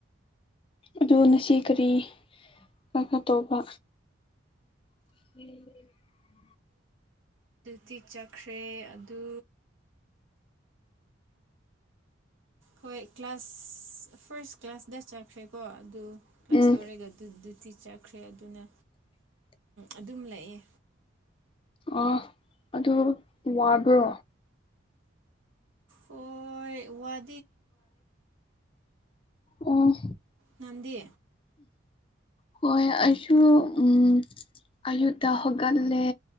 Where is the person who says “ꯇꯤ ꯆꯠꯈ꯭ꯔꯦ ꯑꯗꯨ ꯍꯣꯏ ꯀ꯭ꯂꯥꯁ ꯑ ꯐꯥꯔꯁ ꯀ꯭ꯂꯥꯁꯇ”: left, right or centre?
Right